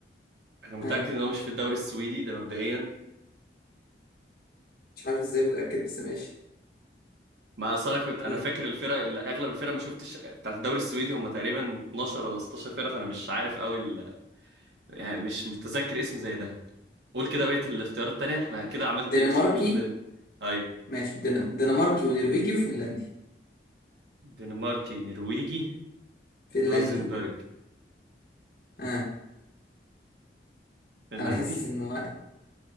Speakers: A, on the right; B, on the left.
A: انا متأكد
B: ها
A: ان هو مش في الدوري السويدي ده مبدئيا
B: مش عارف ازاي متأكد بس ماشي
A: ما اصل انا كنت انا
B: ها
A: فاكر الفرق اللي اغلب الفرق ما شفتش بتاعت الدوري السويدي هم تقريبا 12 ولا 16 فرقه فانا مش عارف قوي ال... يعني مش متذكر اسم زي ده قول كده بقيه الاختيارات التانيه احنا كده عملت
B: دنماركي
A: اكسكلود ل اي
B: ماشي دن- دنماركي ونرويجي وفنلندي
A: دنماركي نرويجي
B: فنلندي
A: روزنبرج
B: ها
A: فنلندي
B: انا حاسس انه